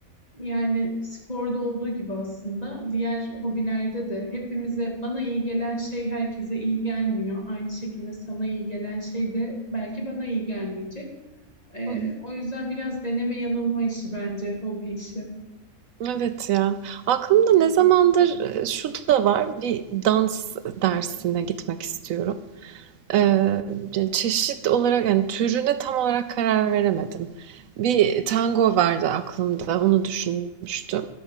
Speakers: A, on the left; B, on the right.
A: yani sporda olduğu gibi aslında diğer hobilerde de hepimize bana iyi gelen şey herkese iyi gelmiyor. Aynı şekilde sana iyi gelen şey de belki bana iyi gelmeyecek. Ee,
B: Hı hı.
A: o yüzden biraz deneme yanılma işi bence, hobi işi.
B: Evet ya. Aklımda ne zamandır e, şu da var. Bir dans dersine gitmek istiyorum. Eee, ce çeşit olarak, yani, türüne tam olarak karar veremedim. Bir tango vardı aklımda, onu düşünmüştüm.